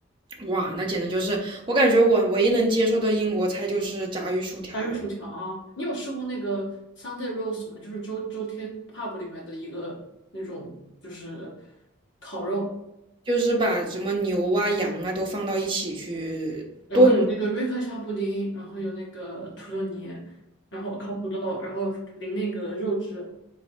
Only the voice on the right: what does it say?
哇，那简直就是我感觉我唯一能接受的英国菜就是炸鱼薯条了，
就是把什么牛啊、羊啊都放到一起去炖。